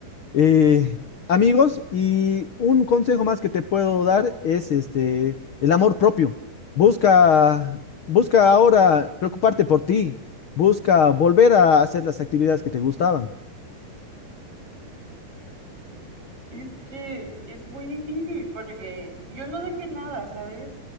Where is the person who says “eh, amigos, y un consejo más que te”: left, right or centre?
Left